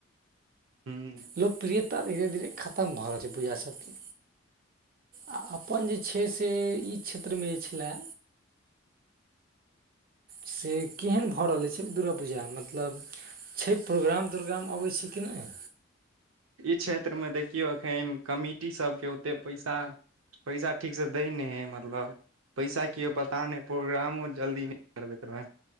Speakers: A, on the right; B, on the right.
A: हूँ।
B: लोकप्रियेता धीरे धीरे खतम भऽ रहल छै पूजा सबके आ अपन जे छै से ई क्षेत्र में जे छल्लैऽ से केहन भऽ रहलै छै दुर्गापूजा? मतलब छै प्रोग्राम तोग्राम अऽबै छै कि नैय?
A: ई क्षेत्र में देखियो एखैन कमिटी सबके ओते पैसा पैसा ठीक स दैय नैय हई मतलब पैसा किओ पता नैय, प्रोग्रामो जल्दी नैय करबैत रहै हइ।